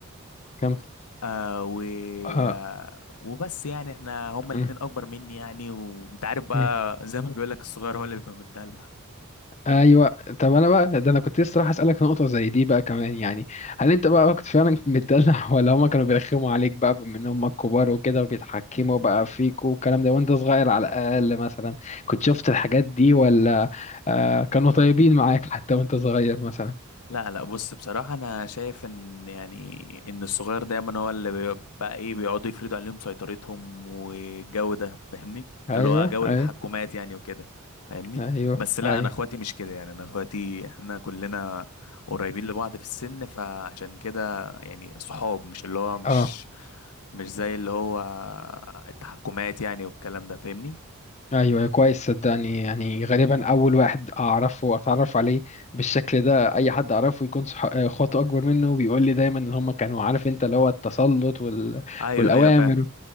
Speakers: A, on the left; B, on the left.
A: كمل
B: آه و
A: اه
B: آه وبس يعني احنا هما
A: مم.
B: الاتنين اكبر مني يعني وانت عارف بقى
A: مم.
B: زي ما بيقول لك الصغير هو اللي بيبقى متدلع
A: ايوه طب انا بقى ده انا كنت لسه راح اسالك في نقطه زي دي بقى كمان يعني هل انت بقى كنت فعلا متدلع <laughs> ولا هما كانوا بيرخموا عليك بقى بما ان هما كبار وكده وبيتحكموا بقى فيك والكلام ده وانت صغير على الاقل مثلا كنت شفت الحاجات دي ولا آه كانوا طيبين معاك حتى وانت صغير مثلا
B: لا لا بص بصراحة أنا شايف إن يعني إن الصغير دايما هو اللي بي- بقى إيه بيقعدوا يفرضوا عليهم سيطرتهم والجو ده فاهمني
A: ايوه
B: اللي هو جو التحكمات
A: ايوه
B: يعني وكده فاهمني
A: ايوه
B: بس لا
A: ايوه
B: أنا إخواتي مش كده يعني أنا إخواتي إحنا كلنا قريبين لبعض في السن فعشان كده يعني صحاب مش اللي هو مش
A: اه
B: مش زي اللي هو التحكمات يعني والكلام ده فاهمني
A: ايوه كويس صدقني يعني غالبا اول واحد اعرفه اتعرف عليه بالشكل ده اي حد اعرفه يكون صح- اخواته اكبر منه بيقول لي دايما ان هم كانوا عارف انت اللي هو التسلط وال...
B: أيوه
A: والاوامر
B: أيوه فاهم